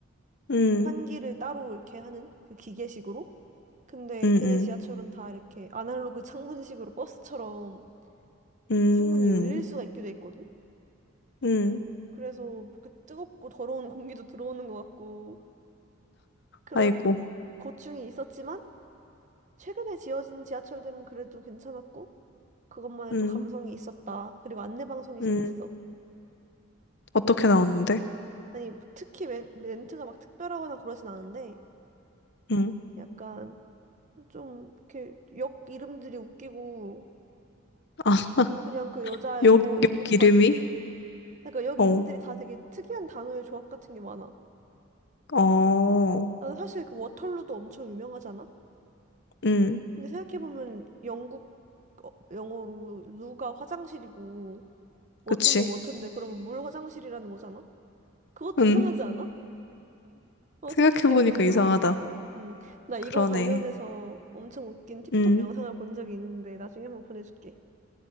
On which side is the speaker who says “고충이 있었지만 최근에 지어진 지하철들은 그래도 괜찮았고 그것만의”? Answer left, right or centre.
Right